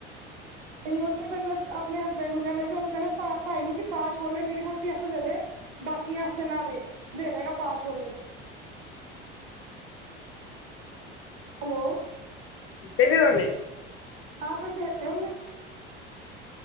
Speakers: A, on the right (about 70°); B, on the left (about 45°).
A: ਤੇ ਉਹ ਤੇ ਫਿਰ ਮੈਂ ਆਪਣੇ ਹਸਬੈਂਡ ਨੂੰ ਕਿਹਾ ਮੈਂ ਕਿਹਾ ਉਹਨੂੰ ਕਹਿੰਦਾ ਭਾਈ ਨੂੰ ਕਿ ਪਾਅ ਛੋਲੇ ਮੇਰੀ ਵੋਟੀ ਵਾਸਤੇ ਦੇਵੇ ਬਾਕੀਆਂ ਵਸਤੇ ਨਾ ਦੇ, ਦੇ ਦੇਗਾ ਪਾਆ ਛੋਲੇ ਹੈਲੋ
B: ਦੇ ਦਿਤੇੇ ਉਨੇ
A: ਤਾਂ ਫਿਰ ਦੇ ਦਿਤੇ ਉਹਨੇ